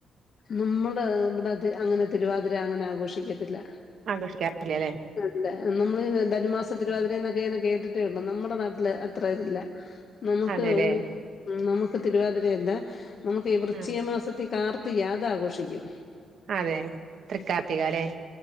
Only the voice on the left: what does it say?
നമ്മള് ഇവിടെ ത്തി അങ്ങനെ തിരുവാതിര അങ്ങനെ ആഘോഷിക്ക ല്ല
അല്ല നമ്മള് ധനുമാസ തിരുവാതിരന്നക്കെ കേട്ടിട്ടേയുള്ളൂ നമ്മുടെ നാട്ടില് അത്ര ഇതില്ല നമുക്ക്
ഈ നമു പ്പ തിരുവാതിര ഇല്ലാ നമുക്കെ ഈ വൃശ്ചിക
മാസത്തിൽ കാർ ത്തി ആഘോഷിക്കും.